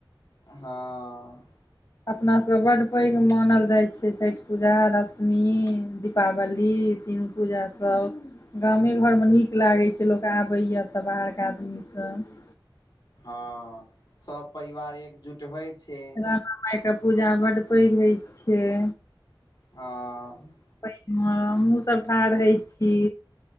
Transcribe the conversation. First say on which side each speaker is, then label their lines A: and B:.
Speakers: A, on the left (about 55°); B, on the left (about 40°).
A: हँ
B: अपनासभके बड्ड पैघ मानल जाइ छै छैट पूजा दशमी दीपावली तीन पूजासभ गामे घरमे नीक लागै छै लोक आबैए तऽ बाहरके आदमीसभ
A: हँ सब परिवार एकजुट होइ छै
B: राना मायके पूजा बड्ड पैघ हेइ छियै
A: हँ
B: पैन मे हमहूँसभ ठार है छी